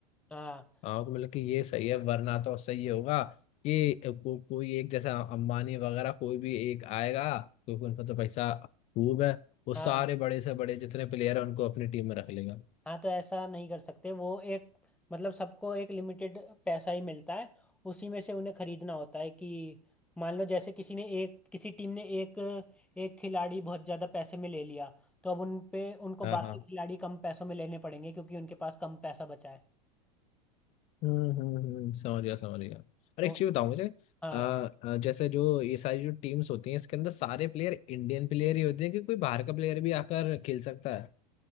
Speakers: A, in the centre; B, on the left.
A: हाँ
B: हाँ तो मतलब कि ये सही है वरना तो सही होगा कि को, कोई एक जैसा अंबानी वगैरह कोई भी एक आएगा क्योंकि उनका तो पैसा खूब है वो सारे
A: हाँ
B: बड़े से बड़े जितने प्लेयर हैं उनको अपनी टीम में रख लेगा
A: हाँ तो ऐसा नहीं कर सकते वो एक मतलब सबको एक लिमिटेड पैसा ही मिलता है उसी में से उन्हें खरीदना होता है कि मान लो जैसे किसी ने एक किसी टीम ने एक एक खिलाड़ी बहुत ज़्यादा पैसे में ले लिया तो अब उन पे उनको
B: हाँ
A: बाकी
B: हाँ
A: खिलाड़ी कम पैसों में लेने पड़ेंगे क्योंकि उनके पास कम पैसा बचा है
B: हम्म हम्म हम्म, समझ गया समझ गया और
A: तो
B: एक चीज बताओ मुझे
A: हाँ
B: आ, आ, जैसे जो ये सारी जो टीम्स होती हैं इसके अंदर सारे प्लेयर इंडियन प्लेयर ही होते हैं कि कोई बाहर का प्लेयर भी आकर खेल सकता है